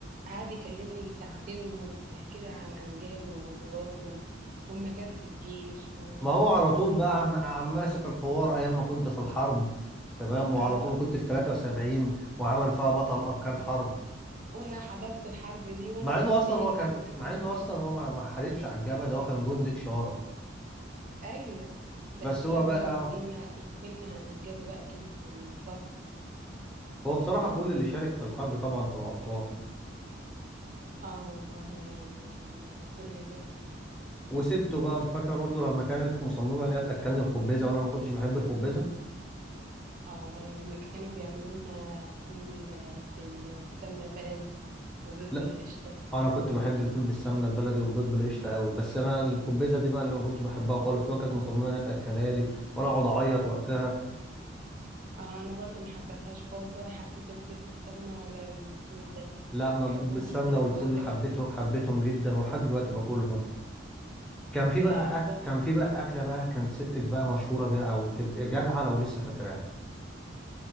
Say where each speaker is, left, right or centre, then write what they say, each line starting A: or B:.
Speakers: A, on the right (about 45°); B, in the centre.
A: قعد يكلمني يجي ساعتين ونص بيحكي لي عن امجاده وبطولاته هما كان في الجيش و...
B: ما هو على طول بقى عم عم ماسك الحوار ايام ما كنت في الحرب تمام وعلى
A: آه
B: طول كنت في 73 وعمل فيها بطل اركان حرب
A: وانا حضرت الحرب دي وانا
B: مع
A: كنت
B: انه اصلا
A: هنا
B: هو كان
A: وانا كنت
B: مع انه اصلا هو ما ما حاربش على الجبهة ده هو كان جندي اشارة
A: ايوه بس
B: بس
A: بقى
B: هو بقى
A: بيقعد
B: اه
A: ينجلنا يحكي لنا عن امجاده بقى كلمة كان بط
B: هو بصراحة كل اللي شارك في الحرب طبعا كانوا أبطال
A: اه والله يعني ربنا يبارك فيه
B: وسته بقى فاكرة برضو لما كانت مصممة إن هي تأكلني الخبيزة وأنا ما كنتش بحب الخبيزة
A: اه ولا لما كانوا بيعملوا لنا فول بال- بالسمنة بلدي وبيض
B: لا
A: بالقشطة
B: أنا كنت بحب الفول بالسمنة البلدي والبيض بالقشطة قوي بس أنا الخبيزة دي بقى اللي ما كنتش بحبها خالص وهي كانت مصممة إن هي تأكلها لي وأنا أقعد أعيط وقتها
A: آه، انا برضو ما حبيتهاش خالص ولا حبيت البيض بالسمنه ولا الفول ده ما
B: لا أنا البيض
A: بحبهمش
B: بالسمنة
A: خالص
B: والفول
A: لغايه دلوقتي
B: حبيته حبيتهم جدا ولحد دلوقتي باكلهم كان في
A: لا
B: بقى أك...
A: خالص
B: كان في بقى أكلة بقى كانت ستك بقى مشهورة بيها أو تبقى جدعة لو لسه فاكراها